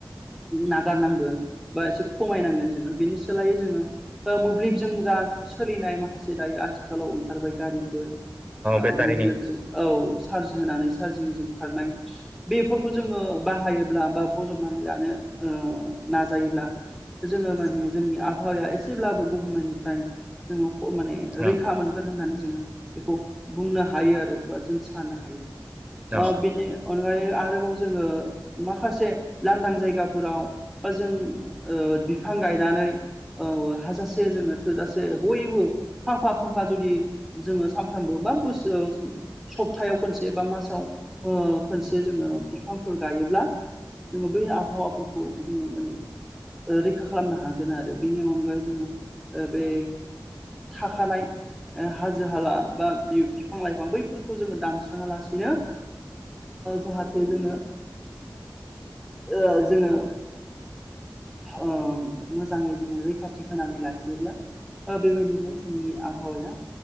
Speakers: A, in the centre; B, on the right.
A: नागारनांगोन बा एसे खमायनांगोन जोङो बेनि- सोलायो जोङो मोब्लिबजों जा सोलिनाय माखासे दायो आथिखालाव ओंखारबाय गारिफोर मोबब
B: बेटारिनि
A: औ चार्ज होनानै चार्जिंजों खारनाय बे खौ जोङो बाहायोब्ला बा बजबनानै लानो नाजायोब्ला जोङो माने जोंनि आबहावाया एसेब्लाबो गुबुंनायनिफ्राय जोङो माने
B: औ
A: रैखा मोनगोन होन्नानै जोङो बेखौ बुंनो हायो आरो बा जों सानो हायो
B: न।
A: ओ बेनि अनगायै आरोबाव जोङो माखासे लांदां जायगाफोराव बा जों बिफां गायनानै ओ हाजासे जोङो थोजासे बयबो फांफा फांफा जुदि जोङो सानफ्रबो बा बोसोर सप्तायाव खनसे बा मासाव खनसे जोङो बिफांफोर गायोब्ला जोङो बै आबहावाफोरखौ जोङो माने रैखा खालामनो हागोन आरो। बेनि अनगायै जोङो बे थाखानाय हाजो हाला बा बिफां लाइफां बैफोरखौ जोङो दानस्राङा लासिनो जाहाथे जोङो ओ जोङो ओ मोजाङै जोङो रैखाथि होनानै लाखियोब्ला बेबायदिनो जोंनि आबहावाया